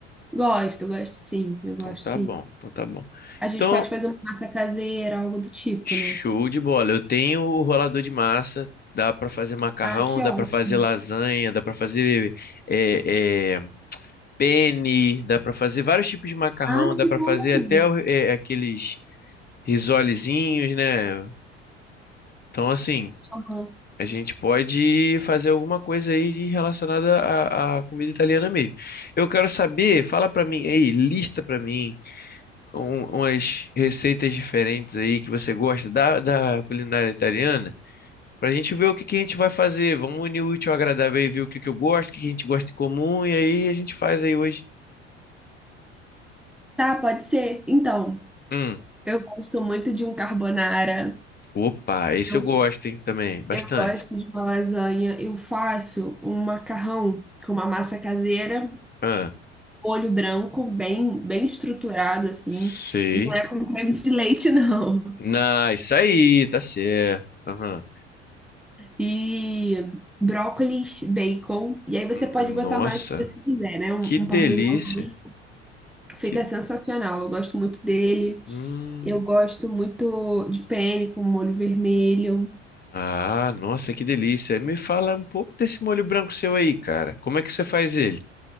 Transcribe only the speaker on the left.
Então
tá
bom, então tá bom.
Então,
show
de bola. Eu tenho o rolador de massa, dá para fazer macarrão,
dá
para fazer lasanha, dá para fazer é, é, penne, dá para fazer vários tipos de macarrão,
dá
para
fazer até o- é, aqueles risolezinhos, né? Então, assim.
A gente pode fazer alguma coisa aí de- relacionada à, à comida italiana mesmo. Eu quero saber, fala pra mim aí, lista pra mim um- umas receitas diferentes aí que você gosta da, da culinária italiana, pra gente ver o que que a gente vai fazer. Vamos unir o útil ao agradável e ver o que que eu gosto, o que que a gente gosta em comum, e aí a gente faz aí hoje.
Hum,
opa, esse
eu gosto, hein, também, bastante.
Ah,
sei.
Na, isso aí, tá certo. Aham.
Nossa.
Que
delícia.
Que...
Hum.
Ah, nossa, que delícia. Me fala um pouco desse molho branco seu aí, cara. Como é que você faz ele?